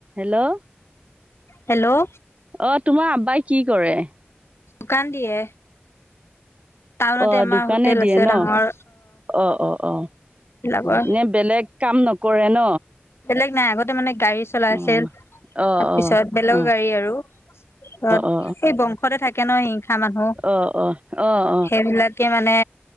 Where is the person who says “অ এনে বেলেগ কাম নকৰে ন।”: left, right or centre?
Right